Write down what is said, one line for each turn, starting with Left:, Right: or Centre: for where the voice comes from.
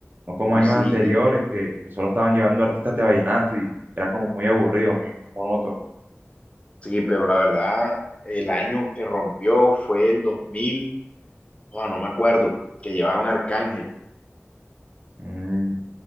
Right: No como
Left: Uy,
Right: años
Left: sí,
Right: anteriores,
Left: y-
Right: que, que solo estaban llevando artistas de vallenato y era como muy aburrido, muy monótono.
Left: sí, pero la verdad, el año que rompió fue el 2000 o no me acuerdo, que llevaron a Arcángel,
Right: Mm,